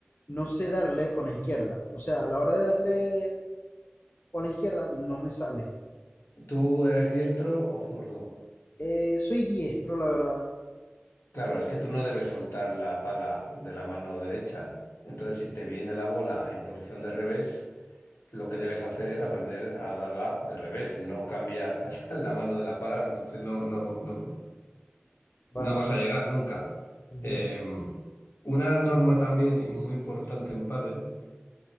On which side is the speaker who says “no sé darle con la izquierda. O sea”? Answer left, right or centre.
Left